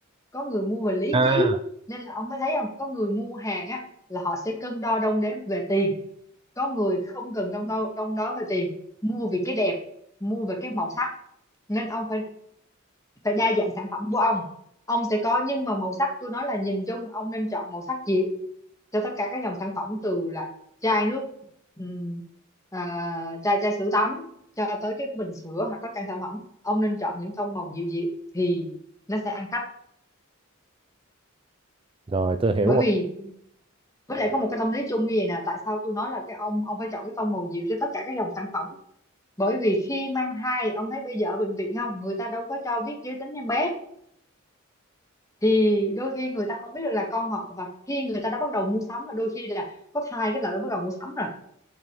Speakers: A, on the left (about 15°); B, on the right (about 25°).
A: có người mua về lý
B: À,
A: trí nên là ông mới thấy không có người mua hàng á là họ sẽ cân đo đong đếm về tiền có người không cần đong đo đong đo về tiền mua vì cái đẹp mua về cái màu sắc nên ông phải phải đa dạng sản phẩm của ông ông sẽ có nhưng mà màu sắc tôi nói là nhìn chung ông nên chọn màu sắc dịu cho tất cả các dòng sản phẩm từ là chai nước ừm, à, chai chai sữa tắm cho tới cái bình sữa hoặc tất cả sản phẩm ông nên chọn những tông màu dịu dịu thì nó sẽ ăn khách
B: rồi tôi hiểu
A: bởi
B: rồi
A: vì với lại có một cái tâm lý chung như vậy nè tại sao tôi nói là cái ông ông phải chọn cái tông màu dịu cho tất cả các dòng sản phẩm bởi vì khi mang thai ông thấy bây giờ ở bệnh viện không người ta đâu có cho biết giới tính em bé thì đôi khi người ta không biết được là con họ và khi người ta đã bắt đầu mua sắm và đôi khi là có thai cái là đã bắt đầu mua sắm rồi